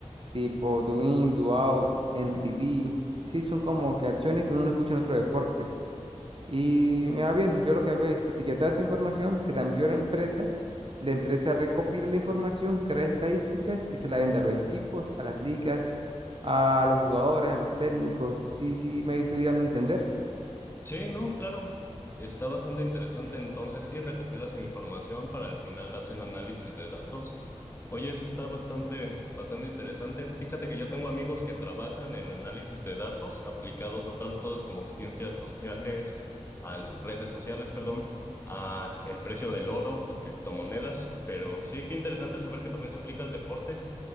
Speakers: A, on the right; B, on the left.
A: tipo do in, do out, entry D. Sí, son como que acciones que uno no escucha en otro deporte. Y me va bien, yo lo que hago es etiquetar esta información, se la envío a la empresa, la empresa recopila la información, crea estadísticas y se la vende a los equipos, a las ligas, a los jugadores, a los técnicos. Sí, sí, me estoy dando a entender.
B: Sí, no, claro. Está bastante interesante. Entonces, sí, recopilas información para al final hacer análisis de datos. Oye, eso está bastante, bastante interesante. Fíjate que yo tengo amigos que trabajan en análisis de datos aplicados a otras cosas como ciencias sociales, a redes sociales, perdón, a el precio del oro y criptomonedas. Pero sí, qué interesante saber que también se aplica al deporte.